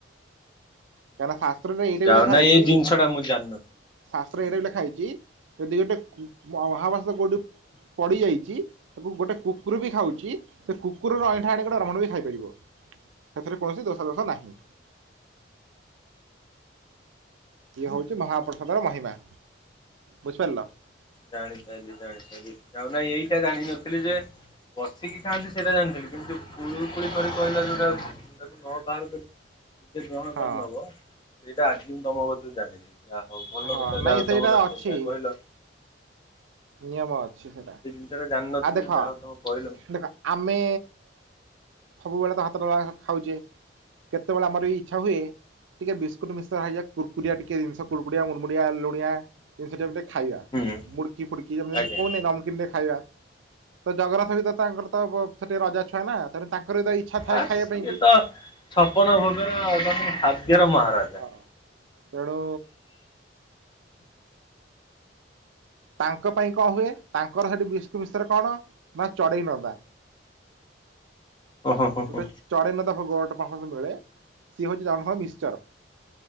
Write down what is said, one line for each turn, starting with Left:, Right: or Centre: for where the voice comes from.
Right: କାହିଁକ ନା ଶାସ୍ତ୍ରରେ ଏଇଟା
Left: ଯାଉ
Right: ବି ଲେଖା
Left: ନା
Right: ହେଇଚି
Left: ଏଇ ଜିନିଷ ଟା ମୁଁ ଜାଣିନଥିଲି।
Right: ଶାସ୍ତ୍ର ଏଇଟା ବି ଲେଖା ହେଇଚି ଯଦି ଗୋଟେ ମହାଭଷ୍ୟ କେଉଁଠି ପଡ଼ିଯାଇଚି ତାକୁ ଗୋଟେ କୁକୁର ବି ଖାଉଚି ସେ କୁକୁରର ଅଇଁଠା ଆଣି ଗୋଟେ ଆରାମରେ ବି ଖାଇପାରିବ। ସେଥିରେ କୌଣସି ଦୋଷା ଦୋଷ ନାହିଁ। ଇଏ ହୋଉଚି ମହାପ୍ରସାଦର ମହିମା ବୁଝିପାରିଲ?
Left: ଜାଣିପାରିଲି ଜାଣିପାରିଲି ଆଉ ନାଁ ଏଇଟା ଜାଣିିନଥିଲି ଯେ ବସିକି ଖାଆନ୍ତି ସେଇଟା ଜାଣିଥିଲି କିନ୍ତୁ ଯୋଉ କୁଳୁକୁୁଳି କରି କହିଲ ଯୋଉଟା ତାକୁ ନ ବାହର କରିଲି ନିଯେ ଗ୍ରହଣ
Right: ହଁ।
Left: କରିନେବ ସେଇଟା ଆଜି ମୁଁ ତମ କତିରୁ ଜାଣିଲି। ଯାହା ହୋଉ ଭଲ
Right: ହଁ
Left: କଥାଟେ
Right: ନାଇଁ
Left: ଯାହୋଉ
Right: ସେଇଟା
Left: ତମ ଗୋଟେ
Right: ଅଛି
Left: ଯା କହିଲ।
Right: ନିୟମ ଅଛି ସେଟା
Left: ସେ ଜିନିଷଟା ଜାଣିନଥିଲି
Right: ଆ ଦେଖ
Left: ନା ଯାହା ହଉ ତମେ କହିଲ
Right: ଦେଖ ଆମେ ସବୁବେଳେ ତ ହାତରେ ଖାଉଛେ କେତେବେଳେ ଆମର ବି ଇଛା ହୁଏ ଟିକେ ବିସ୍କୁଟ ମିଶ ହେଇଯା କୁକୁରିଆ ଟିକେ ଜିନିଷ କୁକୁରି ମୁଣ୍ଡମୁଡ଼ିଆ ଲୁଣିଆ ଜିନିଷଟେ ଗଟେ ଖାଇବା
Left: ହୁଁ
Right: ମୁଡକି ଫୁଡକି ଯେମିତି
Left: ଆଜ୍ଞା
Right: କୋଉନେ ନା ନମକିନଟେ ଖାଇବା। ତ ଜଗନ୍ନାଥ ବି ତ ତାଙ୍କର ତ ସେଠି ରାଜା ଛୁଆ ନା ତେଣୁ ତାଙ୍କର ବି ତ ଇଛା ଥାଏ
Left: ଆ
Right: ଖାଇବା
Left: ସିଏ
Right: ପାଇଁ କି।
Left: ତ ଛପନ ଭୋଗରେ ତ ଖାଦ୍ୟର ମହାରାଜା।
Right: ହଁ। ତେଣୁ ତାଙ୍କ ପାଇଁ କଣ ହୁଏ ତାଙ୍କର ସେଠୁ ବିଷ୍ଣୁ ମିଶ୍ର କଣ ନା ଚଢେଇ ନବା।
Left: ଓହୋ ହୋ ହୋ
Right: ଗୋଟେ ଚରେନତା ଭୋଗ ଗଟେ ମିଳେ ସିଏ ହୋଉଚି ତାଙ୍କର ମିକ୍ଚର।